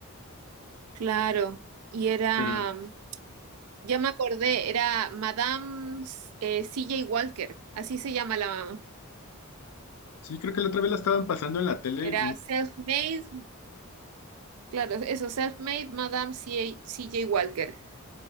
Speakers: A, on the right; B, on the left.
A: Claro, y era,
B: pero
A: ya me acordé, era Madame eh, C J Walker, así se llama la,
B: sí, creo que la otra vez la estaban pasando en la tele,
A: era self-made, claro, eso, self-made Madame C J Walker.